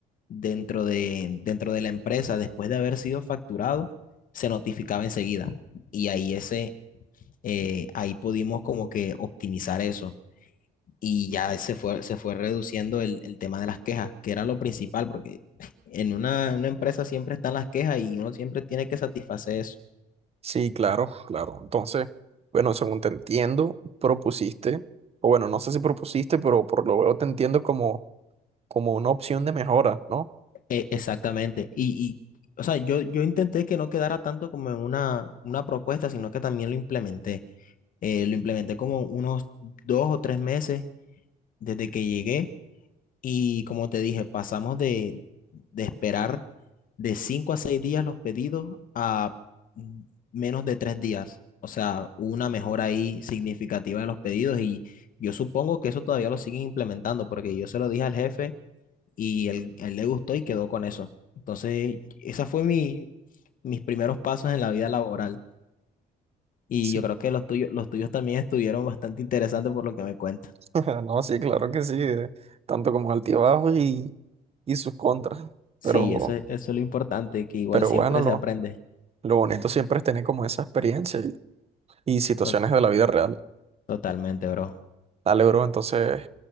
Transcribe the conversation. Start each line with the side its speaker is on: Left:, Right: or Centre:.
Left: dentro de, dentro de la empresa, después de haber sido facturado, se notificaba enseguida. Y ahí ese, eh, ahí pudimos como que optimizar eso y ya se fue, se fue reduciendo el, el tema de las quejas, que era lo principal, porque <laughs> en una, una empresa siempre están las quejas y uno siempre tiene que satisfacer eso.
Right: sí, claro, claro, entonces, bueno, según te entiendo, propusiste, o bueno, no sé si propusiste, pero por lo veo te entiendo como, como una opción de mejora, ¿no?
Left: E- exactamente. Y, y, o sea, yo, yo intenté que no quedara tanto como en una, una propuesta, sino que también lo implementé. Eh, lo implementé como unos dos o tres meses desde que llegué Y como te dije, pasamos de, de esperar de 5 a 6 días los pedidos a mm, menos de 3 días. O sea, hubo una mejora ahí significativa de los pedidos y yo supongo que eso todavía lo siguen implementando porque yo se lo dije al jefe y él, él le gustó y quedó con eso. Entonces, esa fue mi, mis primeros pasos en la vida laboral y
Right: sí
Left: yo creo que los tuyos, los tuyos también estuvieron bastante interesantes por lo que me cuentas.
Right: <laughs> No, sí, claro que sí, eh, tanto como altibajos y, y sus contras,
Left: Sí,
Right: pero,
Left: eso, es- eso es lo importante, que igual
Right: pero
Left: siempre
Right: bueno, lo,
Left: se aprende.
Right: lo bonito siempre es tener como esa experiencia y, y situaciones
Left: To-
Right: de la vida real.
Left: Totalmente, bro.
Right: Dale, bro, entonces,